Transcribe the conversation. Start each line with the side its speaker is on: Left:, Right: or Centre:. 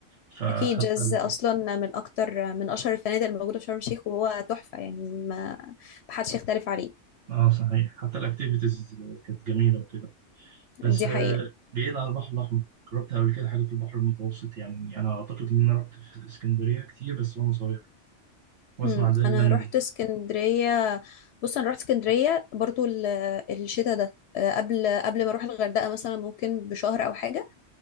Right: فحتى
Left: اكيد جاز
Right: ال...
Left: اصلا من اكتر من اشهر الفنادق الموجودة في شرم الشيخ وهو تحفة يعني ما محدش يختلف عليه
Right: اه صحيح حتى الاكتيفيتيز كانت جميلة وكده بس
Left: دي
Right: آه،
Left: حقيقة
Right: بعيد عن البحر الأحمر جربت قبل كده حاجة في البحر المتوسط يعني أنا أعتقد إن أنا رحت في اسكندرية كتير بس وأنا صغير وأسمع
Left: مم.
Right: دايما
Left: انا
Right: إن
Left: رحت اسكندريه بص انا رحت اسكندريه برضو ال- الشتاء ده آه، قبل قبل ما اروح الغردقه مثلا ممكن بشهر او حاجه